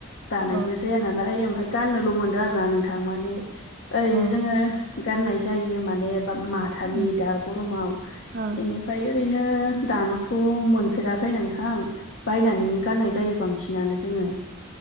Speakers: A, on the left; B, on the right.
A: दानायबो
B: अ
A: जाया नालाय ओमफ्राय गाननोल' मोनदों आरोना नोंथां माने ओरैनो
B: अ
A: जोङो गानाय जायो माने बा माथानि
B: उम
A: दा गरमाव
B: अ
A: इनि फ्राय ओरैनो दानोथ' मोनफेराखै नोंथां बायनानैनो गाननाय जायो बां सिनानो जोङो